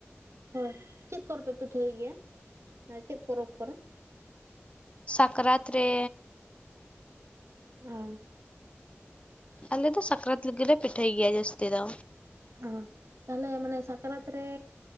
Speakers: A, on the right; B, on the left.
A: ᱦᱳᱭ ᱪᱮᱫ ᱠᱚᱨᱮᱯᱮ ᱯᱤᱴᱷᱟᱹᱭ ᱜᱮᱭᱟ ᱪᱮᱫ ᱯᱚᱨᱚᱵᱽ ᱠᱚᱨᱮ?
B: ᱥᱟᱠᱨᱟᱛ ᱨᱮᱼᱼ
A: ᱚᱸ
B: ᱟᱞᱮ ᱫᱚ ᱥᱟᱠᱨᱟᱛ ᱞᱮᱜᱮ ᱞᱮ ᱯᱤᱴᱷᱟᱹᱭ ᱜᱮᱭᱟ ᱡᱟᱹᱥᱛᱤ ᱫᱚ,
A: ᱚᱸ ᱛᱟᱦᱚᱞᱮ ᱢᱟᱱᱮ ᱥᱟᱠᱨᱟᱛ ᱨᱮ